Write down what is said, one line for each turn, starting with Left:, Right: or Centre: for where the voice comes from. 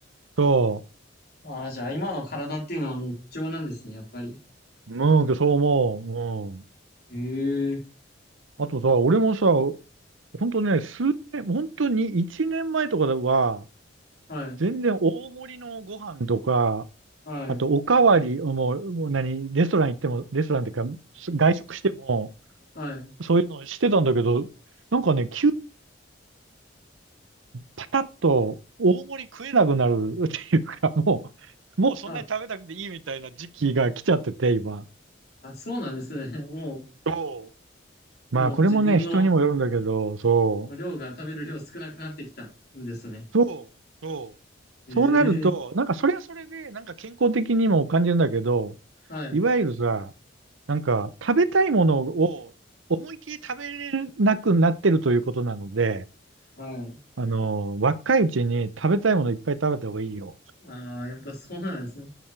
Right: そ
Left: ああ、じゃあ今の体っていうのはもう貴重なんですね、やっぱり。
Right: う、うん、そう思う。うん。
Left: ええ
Right: あとさ、俺もさ、本当ね、数年、本当に1年前とかは、
Left: はい。
Right: 全然大盛りのご飯とか、
Left: はい。
Right: あとおかわり、もう、もう何、レストラン行っても、レストランっていうか、外食しても、
Left: はい。
Right: そういうのしてたんだけど、なんかね、急にパタッと大盛り食えなくなるっていうか、もう、もうそんなに食べなくていいみたいな時期が来ちゃってて、
Left: あ、
Right: 今。
Left: あ、そうなんですね。<laughs> も
Right: そ
Left: う、
Right: う。まあ、
Left: もう自分の
Right: これもね、人にもよるんだけど、そ
Left: 量が食べる量少なくなってきたんですね。
Right: う。そう。そう。
Left: ええ
Right: そうなると、なんかそれはそれで、なんか健康的にも感じるんだけど、
Left: はい。
Right: いわゆるさ、なんか、食べたいものを思いっきり食べれなくなってるということなので、
Left: はい。
Right: あの、若いうちに食べたいものいっぱい食べた方がいいよ。
Left: ああ、やっぱそうなんですね。